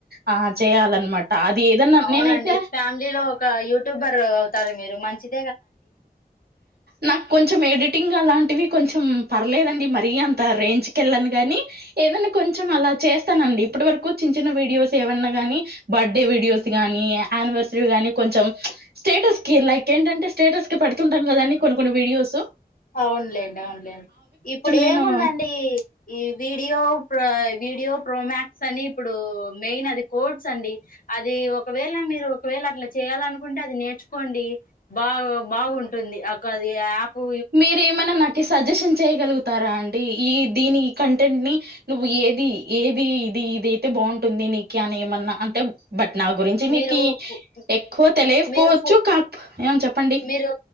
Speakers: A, on the right (about 80°); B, on the left (about 60°).
A: ఆ చేయాలన్నమాట అది ఏదన్నా
B: అవునండి.
A: నేనైతే
B: ఫ్యామిలీ లో ఒక యూట్యూబర్ అవుతారు మీరు మంచిద్
A: నాకు కొంచెం ఏడిట్ టింగ్ అలాంటివి కొంచెం పర్లేదండి. మరీ అంత రేంజ్ కెళ్ళన్గాని ఏదైనా కొంచెం అలా చేస్తానండి. ఇప్పడ్ వరకు చిన్న చిన్న వీడియోస్ ఏమన్నా. గాని బర్త్డే వీడియోస్ గానీ, ఆనివర్సరీ గానీ కొంచెం ప్చ్ స్టేటస్కి. లైక్ ఏంటంటే స్టేటస్ కి పెడుతుంటాం కదా అండి. కొన్ని కొన్ని వీడియోసు
B: అవునులేండి, అవునులేండి ఇప్పుడు
A: నేను
B: ఏముందండి. ఈ వీడియో ప్ర వీడియో ప్రోమక్స్ అని ఇప్పుడు మెయిన్ అది కోడ్స్ అండి. అది ఒకవేళ మీరు ఒకవేళ అట్లా చేయాలనుకుంటే అది నేర్చుకోండి. బావ్ బాగుంటుంది. అ కాది అ యాపూ
A: మీరేమైనా నాకి సజిషన్ చేయగలుగుతారా అండి. ఈ దీని కంటెంట్ని నువ్వు ఏది ఏది ఇది ది అయితే బాగుంటుంది. నీకు అని ఏమన్నా అంటే బట్ నా గురించి మీకి
B: మీరు ఫు-
A: ఎక్కువ తెలియకపోవచ్చు.
B: మీరు ఫు
A: కాక్పో ఏం చెప్పండి.
B: మీరు